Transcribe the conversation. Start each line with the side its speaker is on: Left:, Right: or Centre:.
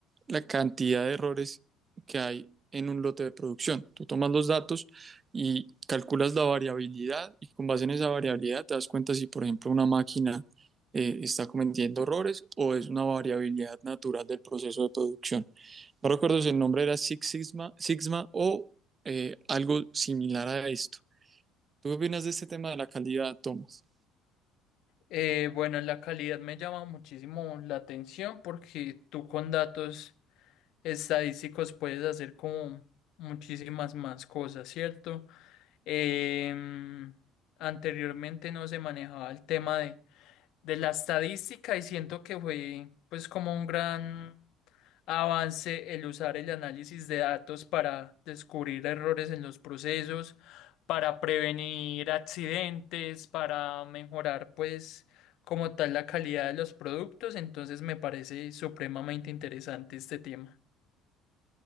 Right: la cantidad de errores que hay en un lote de producción. Tú tomas los datos y calculas la variabilidad y con base en esa variabilidad te das cuenta si, por ejemplo, una máquina eh, está cometiendo errores o es una variabilidad natural del proceso de producción. No recuerdo si el nombre era Six Sigma, Sigma o eh, algo similar a esto. ¿Tú qué opinas de este tema de la calidad, Tomás?
Left: Eh, bueno, la calidad me llama muchísimo la atención porque tú con datos estadísticos puedes hacer como muchísimas más cosas, ¿cierto? Em, anteriormente no se manejaba el tema de, de la estadística y siento que fue pues como un gran avance el usar el análisis de datos para descubrir errores en los procesos, para prevenir accidentes, para mejorar pues como tal la calidad de los productos. Entonces me parece supremamente interesante este tema.